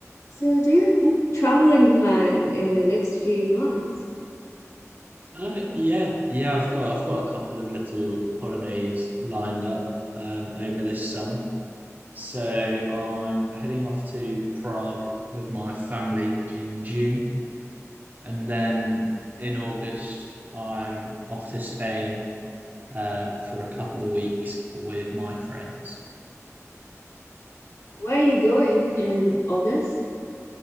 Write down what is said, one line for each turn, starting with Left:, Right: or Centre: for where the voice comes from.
Left: So, do you have any traveling planned in the next few months?
Right: Uh, yeah, yeah, I've got I've got a couple of little holidays lined up um, over this summer. So I'm heading off to Prague with my family in June, and then in August I'm off to Spain uh, for a couple of weeks with my friends.
Left: Where are you going in August?